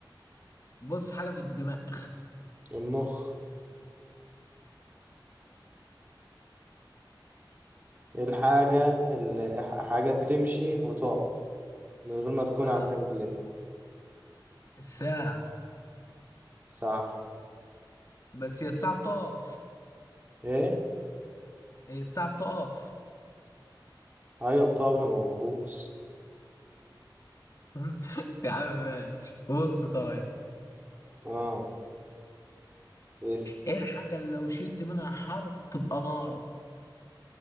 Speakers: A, on the left; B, on the right.
A: بص حاجه في الدماغ
B: المخ الحاجة اللي حاجة بتمشي وتقف من غير ما تكون
A: <laughs>
B: عندها رجلين
A: الساعه
B: صح
A: بس هي الساعه بتقف
B: ايه
A: هي الساعه بتقف
B: ايوه بتقف لما بتبوس
A: <laughs> يا عم ماشي بص طيب
B: اه اس-
A: ايه الحاجه اللي لو شلت منها حرف تبقى نار